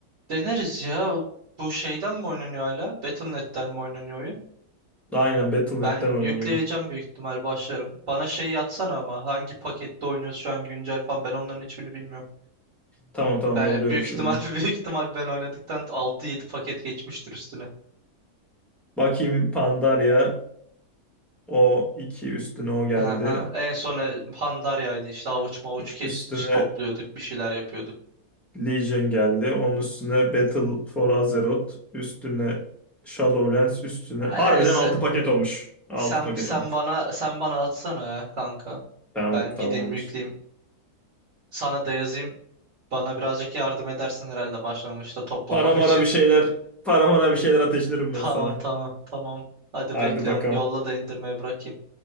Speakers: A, on the right; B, in the centre.
A: Deneriz ya. Bu şeyden mi oynanıyor hala? Battle.net'ten mi oynanıyor oyun?
B: Aynen Battle nokta
A: Ben
B: Net'ten
A: yükleyeceğim
B: oynanıyor.
A: büyük ihtimal başlarım. Bana şeyi yatsana ama hangi pakette oynuyoruz şu an güncel falan ben onların hiçbirini bilmiyorum.
B: Tamam tamam
A: Ben
B: yolluyorum
A: büyük
B: şimdi.
A: ihtimal <laughs> büyük ihtimal ben oynadıktan altı yedi paket geçmiştir üstüne.
B: Bakayım Pandaria. O iki üstüne o geldi.
A: Aha. En sona Pandarya'ydı. işte avuç mavuç kes
B: Üstüne
A: topluyorduk, bir şeyler yapıyorduk.
B: Legion geldi. Onun üstüne Battle for Azeroth. Üstüne Shadowlands. Üstüne.
A: Ha,
B: Harbiden
A: Neyse.
B: 6 paket olmuş. altı
A: Sen
B: paket
A: sen
B: olmuş.
A: bana sen bana atsana ya kanka.
B: Tamam
A: Ben gideyim
B: tamamdır.
A: yükleyeyim. Sana da yazayım. Bana birazcık yardım edersin herhalde başlangıçta toplamam
B: Paramara
A: için.
B: bir şeyler.
A: <laughs>
B: paramara bir şeyler ateşlerim
A: Tamam
B: ben sana.
A: tamam tamam. Hadi
B: Hadi
A: bekliyorum.
B: bakalım.
A: Yolla da indirmeye bırakayım.